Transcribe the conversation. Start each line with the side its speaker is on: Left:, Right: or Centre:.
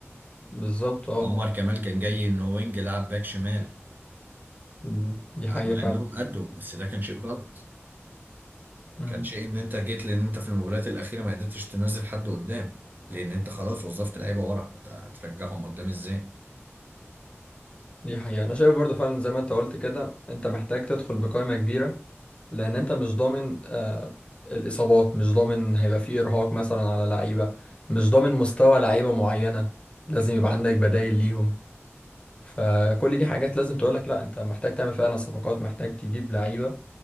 Left: بالظبط اه
Right: عمر كمال كان جاي انه وينج لعب باك شمال
Left: أمم، دي
Right: آه،
Left: حقيقه
Right: مع
Left: فعلا
Right: انهم قدوا بس ده كان شيء غلط
Left: إمم.
Right: كان شيء ان انت جيت لان انت في المباريات الاخيره ما قدرتش تنزل حد قدام لان انت خلاص وظفت لعيبه ورا هت- هترجعهم قدام ازاي
Left: دي حقيقة أنا شايف برضو فعلا زي ما أنت قلت كده أنت محتاج تدخل بقائمة كبيرة لأن أنت مش ضامن آه الإصابات مش ضامن هيبقى فيه إرهاق مثلا على لعيبة مش ضامن مستوى لعيبة معينة لازم يبقى عندك بدايل ليهم فكل دي حاجات لازم تقولك لأ أنت محتاج تعمل فعلا صفقات محتاج تجيب لعيبة